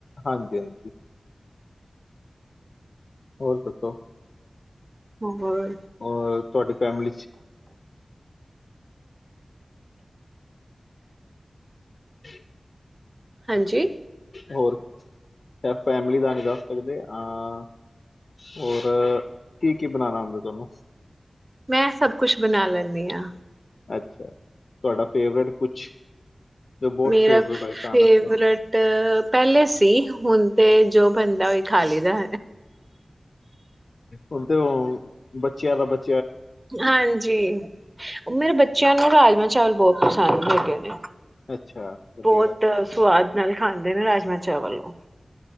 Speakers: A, on the left; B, on the right.
A: ਹਾਂਜੀ ਹਾਂਜੀ। ਹੋਰ ਦੱਸੋ।
B: ਹੋਰ
A: ਹੋਰ ਤੁਹਾਡੀ ਫੈਮਲੀ ਚ <unintelligible>
B: ਹਾਂਜੀ
A: ਹੋਰ ਫੈਮਲੀ ਦਾ ਨਹੀਂ ਜਾ ਸਕਦੇ ਅ ਔਰ ਕੀ ਕੀ ਬਣਾਣਾ ਆਉ <unintelligible>
B: ਮੈਂ ਸਭ ਕੁਛ ਬਣਾ ਲੈਂਦੀ ਆ।
A: ਅੱਛਾ ਤੁਹਾਡਾ ਫੇਵਰੇਟ ਕੁਛ ਜੋ ਬਹੁਤ
B: ਮੇਰਾ
A: ਫੇਵਰੇਟ
B: ਫੇਵਰੇਟ
A: ਹੋਏ ਖਾਣ ਆਸਤੇ
B: ਪਹਿਲੇ ਸੀ ਹੁਣ ਤੇ ਜੋ ਬਣਦਾ ਉਈ ਖਾ ਲਈ ਦਾ
A: ਬਲਦੇ ਹੋ ਬੱਚੇ ਆਲਾ ਬਚ
B: ਹਾਂਜੀ ਮੇਰੇ ਬੱਚਿਆਂ ਨੂੰ ਰਾਜਮਾ ਚਾਵਲ ਬਹੁਤ ਪਸੰਦ ਹੈਗੇ ਨੇ
A: ਅੱਛਾ ਵਧੀਆ
B: ਬਹੁਤ
A: ਗੱਲ
B: ਸਵਾਦ ਨਾਲ ਖਾਂਦੇ ਨੇ ਮੈਂ ਚਾਵਲ ਲੋ